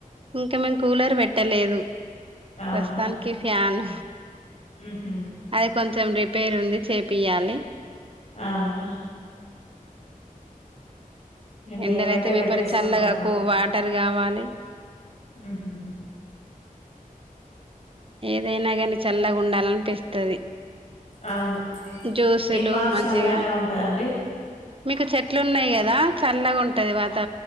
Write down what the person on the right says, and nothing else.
ఇంకా మేము కూలర్ పెట్టలేదు
ప్రస్తుతానికి ఫ్యాన్
అది కొంచెం రిప్ పేరుంది చేపియ్యాలి
ఎండలయితే విపరి
చల్లగా కు వాటర్ కావాలి
ఏదైనా గాని చల్లగుండాలనిపిస్తది
జ్యూసులు
మంచిగా
మీకు చెట్లున్నాయి కదా చల్లగుంటది వా